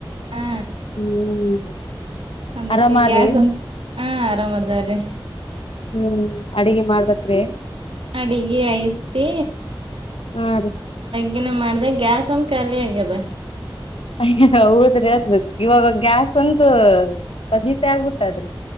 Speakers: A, on the right (about 75°); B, on the left (about 80°).
A: ಹಾ
B: ಹ್ಮ್
A: ಅದಕ್ಕೆ
B: ಆರಾಮಾರ್ರಿ
A: ಗ್ಯಾಸ್ ಒ ಹಾ ಆರಾಮ್ ಅದೇರಿ
B: ಹ್ಮ್ ಅಡಿಗೆ ಮಾಡ್ಬೇಕ್ರೀ
A: ಅಡಿಗೆ ಐತಿ
B: ಹಾ ರೀ
A: ಲ್ಲ ಮಾಡ್ಬೇಕ್ ಗ್ಯಾಸ್ ಒಂದ ಖಾಲಿ ಆಗ್ಯದ
B: ಅಯ್ಯ ಹೌದ್ರ ಇವಾಗ ಗ್ಯಾಸ್ ಒಂದು ಪಜೀತೆ ಆಗ್ಬಿಟ್ಟದ್ರಿ